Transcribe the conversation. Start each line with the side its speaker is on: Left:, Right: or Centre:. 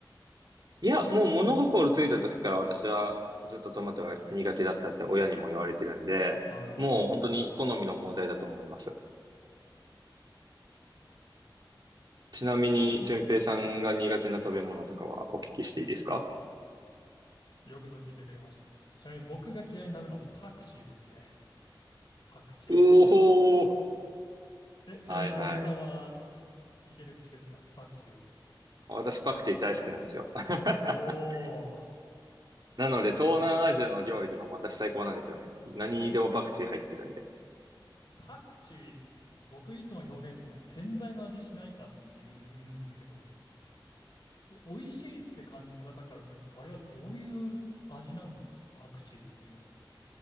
Right: いや、もう物心ついた時から私はずっとトマトが苦手だったって親にも言われてるんで、
Left: なるほど。
Right: もう本当に好みの問題だと思います。ちなみに、淳平さんが苦手な食べ物とかはお聞きしていいですか
Left: よくぞ聞いてくれました。ちなみに僕が嫌いに食べるのはパクチーですね。パクチ
Right: おーほー。
Left: ー。え、ちなみに京平さんは
Right: はいはい。
Left: いける口ですかパクチーを。
Right: 私パクチー大好きなんですよ。<laughs>
Left: おお、
Right: なので、東南アジアの料理とかも私最高なんですよね。何にでもパクチー入ってるんで。
Left: パクチー、僕いつも表現するの、洗剤の味しないかっていうふうに言うんですけど、美味しいって感じる方からすると、あれはどういう味なんですかパクチーっていうのは。